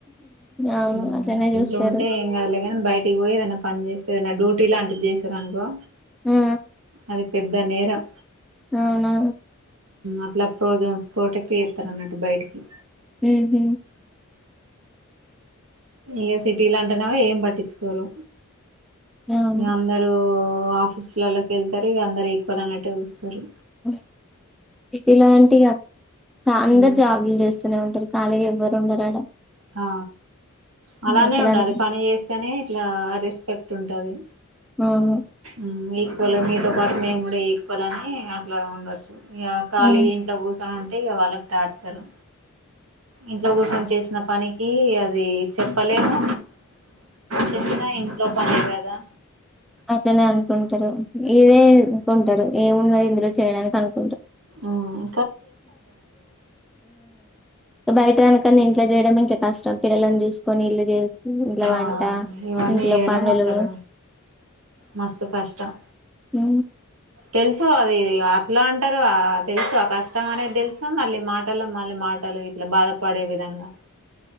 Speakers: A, in the centre; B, on the right.
A: అవును
B: ఉమ్
A: అట్లనే
B: ఇంట్లో
A: చూస్తారు
B: ఉంటే ఏం కాదులే బయటికి పోయి ఏదన్న పని చేసి ఏదన్నా డ్యూటీ లాంటిది చేశారనుకో
A: ఆ
B: అది పెద్ద నేరం
A: అవునా?
B: అట్లా ప్రోజ ప్రొటెక్ట్ చేత్తారన్నట్టు బయటికి
A: ఊహు
B: ఇగ సిటీ లా అంటేనేమో ఏం పట్టించుకోరు
A: అవును
B: అందరు ఓ ఆఫీస్లలోకి వెళ్తారు అందరు ఈక్వల్ అయినట్టే చూస్తరు.
A: ఓ సిటీలా గంటే ఇగ సా అందరు
B: ఉమ్
A: జాబ్లు చేస్తనే ఉంటారు ఖాళీగా ఎవ్వరు ఉండరు ఆడా
B: ఆ అలానే
A: అక్కడ
B: ఉండాలి
A: అన్-
B: పని చేస్తేనే ఇట్లా రెస్పెక్ట్ టుంటది
A: అవును
B: ఊమ్ మీక్ <unintelligible> మీతో పాటు మేము గూడా ఈక్వల్ అని అట్లా ఉండొచ్చు ఇగ ఖాలీగా
A: ఉమ్
B: ఇంట్లో కూసో ని ఉంటే ఇగ వాళ్ళకి టార్చరు ఇంట్లో కూసోని చేస్ సిన పనికి అది చెప్పలేము. చెప్పినా ఇంట్లో పనే గదా
A: అట్లనే అనుకుంటారు ఇదే అనుకుంటారు ఏవరున్నారు ఇందులో చేయడానికి అనుకుంటారు
B: ఊమ్
A: బయట కనుక ఇంట్లో చేయడం ఇంకా కష్టం. పిల్లలను చూసుకొని ఇల్లు చూస్తూ ఇంట్లో
B: ఆ
A: వంట
B: ఇవన్నీ
A: ఇంట్లో
B: చేయడం
A: పనులు
B: అసలు మస్తు కష్టం
A: మ్
B: తెలుసు అది అట్లా అంటారు. తెలుసు ఆ కష్టం అనేది తెలుసు మళ్ళీ మాటలు మళ్ళీ మాట. మాటలు ఇట్లా బాధపడే విధంగా